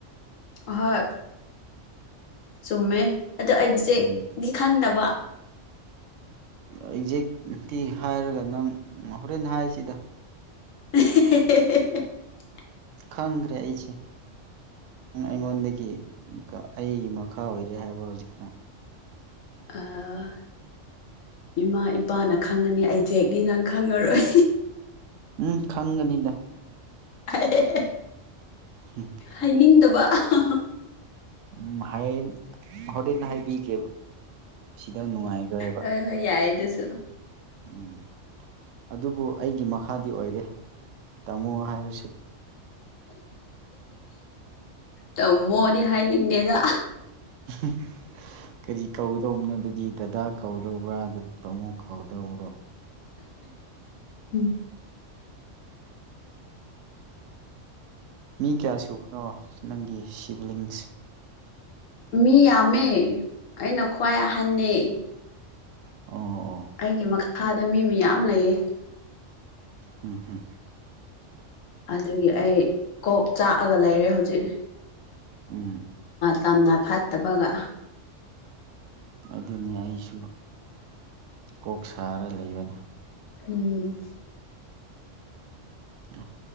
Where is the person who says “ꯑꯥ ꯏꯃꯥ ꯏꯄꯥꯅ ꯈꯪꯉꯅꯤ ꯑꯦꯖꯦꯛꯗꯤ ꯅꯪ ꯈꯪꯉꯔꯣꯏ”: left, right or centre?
Left